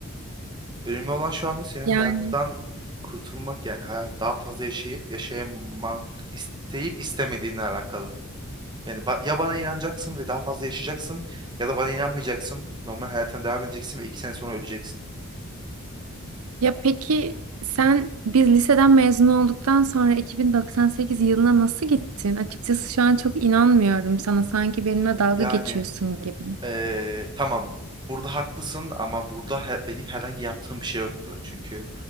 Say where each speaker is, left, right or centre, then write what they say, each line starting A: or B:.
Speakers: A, on the right; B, on the right.
A: Önemli olan şu anda senin
B: Yani
A: hayattan kurtulmak yani hayat daha fazla yaşayıp yaşamak isteyip istemediğinle alakalı. Yani ba- ya bana inanacaksın ve daha fazla yaşayacaksın ya da bana inanmayacaksın. Normal hayatına devam edeceksin ve iki sene sonra öleceksin.
B: ya peki sen biz liseden mezun olduktan sonra 2098 yılına nasıl gittin? Açıkçası şu an çok inanmıyorum sana. Sanki benimle dalga
A: Yani
B: geçiyorsun gibi.
A: eee, tamam burada haklısın ama burada he- benim herhangi yaptığım bir şey yoktu. Çünkü